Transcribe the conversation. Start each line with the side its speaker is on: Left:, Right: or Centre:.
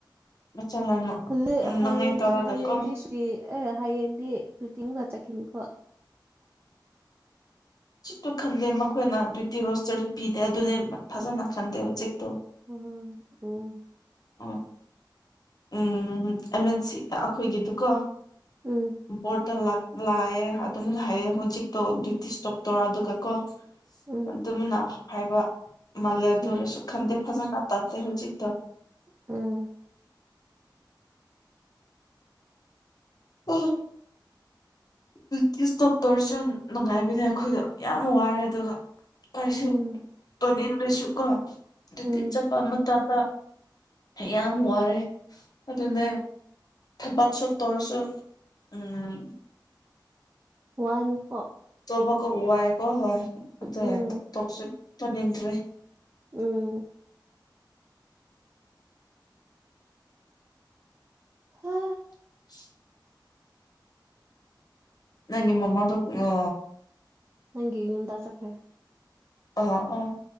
Left: ꯃꯆꯜꯅ
Right: ꯍꯂ ꯍꯌꯦꯟ
Left: ꯅꯪꯉꯥꯏ ꯇꯧꯔꯒ
Right: ꯍꯌꯦꯟꯗꯤꯁꯤꯔꯤ
Left: ꯀꯣ
Right: ꯑꯦ ꯍꯌꯦꯡ ꯨ ꯇꯤꯡꯒꯆꯥ ꯈꯅꯤꯀꯣ
Left: ꯁꯤꯖꯤꯠꯇꯨ ꯈꯟꯗꯦ ꯃꯈꯣꯏꯅ ꯗ꯭ꯌꯨꯇꯤ ꯔꯣꯁꯇꯔ ꯄꯤꯗꯦ ꯑꯗꯨꯅꯦ ꯐꯖꯅ ꯈꯟꯗꯦ ꯍꯧꯖꯤꯛꯇꯣ
Right: ꯑ ꯎ
Left: ꯑꯣ ꯎꯝ ꯑꯃꯟꯁꯤ ꯑꯩꯈꯣꯏꯒꯤꯗꯨꯀꯣ
Right: ꯎꯝ
Left: ꯣꯔꯇꯦꯜ ꯂꯥꯛ ꯂꯥꯛꯑꯦ ꯑꯗꯨꯝ ꯂꯥꯛꯑꯦ ꯍꯧꯖꯤꯛꯇꯣ ꯗ꯭ꯌꯨꯇꯤꯁ ꯇꯣꯛꯇꯔ ꯑꯗꯨꯒ ꯀꯣ
Right: ꯎꯝ
Left: ꯑꯗꯨꯝꯅ ꯍꯥꯏꯕ ꯃꯥꯜꯂꯦ ꯑꯗꯨ
Right: ꯎꯝ
Left: ꯑꯣꯏꯔꯁꯨ ꯈꯟꯗꯦ ꯐꯖꯟ ꯂꯥꯛ ꯍꯧ ꯎꯆ
Right: ꯎꯝ
Left: ꯎꯝ ꯇ ꯏꯁꯇꯣꯞ ꯇꯧꯔꯁꯨ ꯅꯨꯡꯉꯥꯏꯕꯅꯦ ꯑꯩꯈꯣꯏꯗ ꯌꯥꯝ ꯋꯥꯔꯦ ꯑꯗꯨꯒ ꯀꯔꯤꯁꯨ
Right: ꯎꯝ
Left: ꯇꯅꯤꯡꯗ꯭ꯔꯁꯨ ꯀꯣ ꯑꯗꯨꯗꯤ
Right: ꯎꯝ
Left: ꯆꯠꯄ ꯃꯇꯝ ꯌꯥꯝ ꯋꯥꯔꯦ ꯑꯗꯨꯅ ꯊꯕꯥꯠꯁꯨꯣ ꯇꯔꯁꯨꯣ ꯎꯝ
Right: ꯋꯥꯋꯥꯅꯤꯈ
Left: ꯇꯣꯕꯥꯀꯣ ꯋꯥꯥꯏꯀꯣ ꯍꯣꯏ ꯑꯗꯨ
Right: ꯎꯝ
Left: ꯇꯣꯛꯁꯨꯅꯤꯗ꯭ꯔꯔꯤ
Right: ꯎꯝ ꯍꯥ
Left: <unintelligible> ꯅꯪꯒꯤ ꯃꯃꯥꯗ ꯑ
Right: ꯅꯪꯒꯤ ꯌꯨꯝꯗ ꯆꯠꯈ꯭ꯔꯦ
Left: ꯑ ꯑ